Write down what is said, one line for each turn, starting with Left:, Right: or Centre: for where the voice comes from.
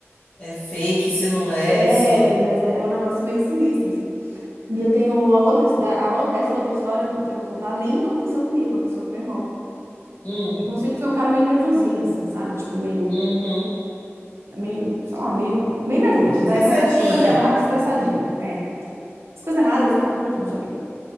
Left: É fake se não é,
Right: é,
Left: se.
Right: mas é, é um negócio meio sinistro, assim. E eu tenho uma outra. a o- Essa outra história que eu vou contar nem aconteceu comigo, aconteceu com meu irmão.
Left: Hum,
Right: Bom, sempre foi um cara meio nervosinho, assim, sabe? Tipo, meio.
Left: uhum.
Right: Meio, sei lá, meio, meio nervoso,
Left: Estressadinho.
Right: né? Acontece as coisas erradas, estressadinho. É. as coisas erradas, ele fica puto, não sei o quê.